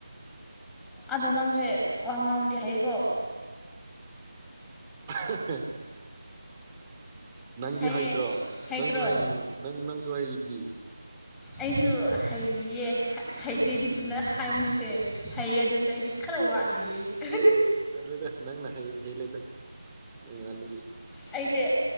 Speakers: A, in the centre; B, on the right.
A: ꯑꯗꯣ ꯅꯪꯁꯦ ꯋꯥ ꯉꯥꯡꯕꯗꯤ ꯍꯌꯦꯀꯣ
B: <unintelligible> ꯅꯪꯗꯤ
A: ꯍꯩꯌꯦ
B: ꯍꯩꯇ꯭ꯔꯣ
A: ꯍꯩꯇ꯭ꯔꯣ
B: ꯅꯪꯁꯨ ꯍꯩ ꯅꯪ ꯅꯪꯁꯨ ꯍꯩꯔꯤꯗꯤ
A: ꯑꯩꯁꯨ ꯍꯩꯌꯦ ꯍꯩꯇꯦꯗꯤ ꯇꯨꯗ ꯍꯥꯏꯕ ꯅꯠꯇꯦ ꯍꯩꯌꯦ ꯑꯗꯨꯁꯨ ꯑꯩꯗꯤ <unintelligible>
B: ꯆꯠꯂꯣꯗ ꯅꯪꯅ ꯍꯩ ꯍꯦꯜꯂꯦꯗ <unintelligible>
A: ꯑꯩꯁꯦ